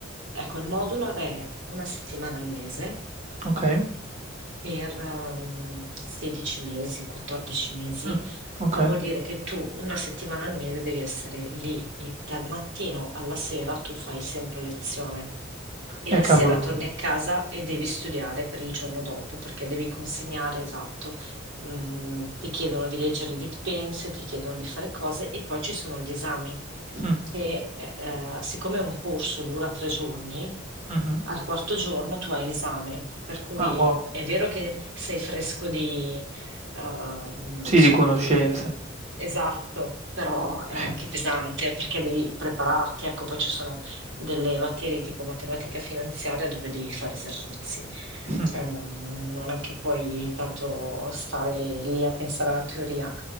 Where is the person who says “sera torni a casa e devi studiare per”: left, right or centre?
Right